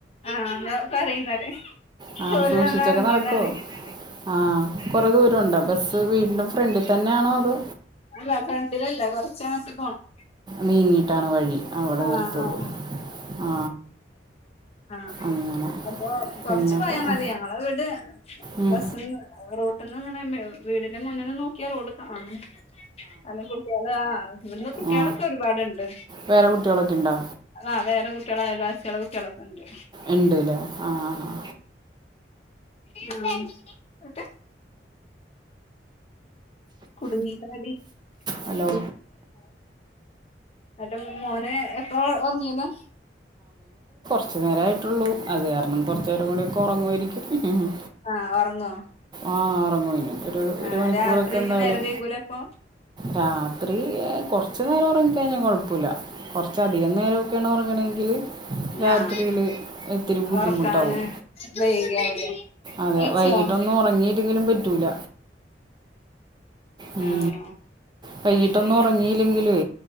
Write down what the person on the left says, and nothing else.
ആ ഇന്നാ പറി ഇന്നാൽ പ്പം
ഓൽ
വന്ന് അറങ്ങിതാണ്
അല്ല ഫ്രണ്ടിൽ അല്ല കൊർച്ച് അങ്ങട്ട് പോണം
ആഹ്
ആഹ്
ആ ആ
അപ്പൊ കൊർച്ച്
പോയാ
മതി ഞങ്ങളെ വീട്
ബസ്സ്ന്ന് റോട്ട് ഇങ്ങനെ വീടിന്റെ മുന്നേെ നോക്കിയാ റോഡ് കാണും നല്ല കുട്ടികള് ആ ഇവിടുന്ന് കുട്ടികളൊക്കെ
ഒരുപാടുണ്ട്
ആ വേറ കുട്ട്യാളും അയൽ വാസിയോളെ കുട്ട്യാളക്കെ ഉണ്ട്
<inaudible> കുട്ങ്ങിക്ക്ണടി <unintelligible>
എന്നട്ട് മോൻ എപ്പോ ഒറങ്ങിയതാ
ആഹ് ഒറങ്ങോ
ആഹ്
രാത്രി
ഇനി നേരം വൈകൂലെ അപ്പൊ
ആഹ്
ഒറക്കാന് വൈകിയാവൂലെ
കഴിച്ചോ
ആഹ്
അങ്ങനെയാണ്